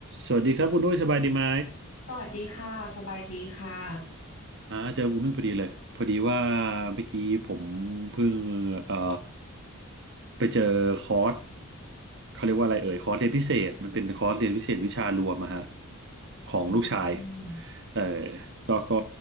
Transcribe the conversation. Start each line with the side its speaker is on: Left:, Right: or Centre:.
Right: สวัสดีครับคุณนุ้ยสบายดีไหม
Left: สวัสดีค่ะ สบายดีค่ะ
Right: อ่าเจอคุณนุ้ยพอดีเลยพอดีว่าเมื่อกี้ผมเพิ่งเอ่อไปเจอคอร์สเขาเรียกว่าอะไรเอ่ยคอร์สเรียนพิเศษมันเป็นคอร์สเรียนพิเศษวิชารวมอะฮะของลูกชาย
Left: อืม
Right: เออก็ก็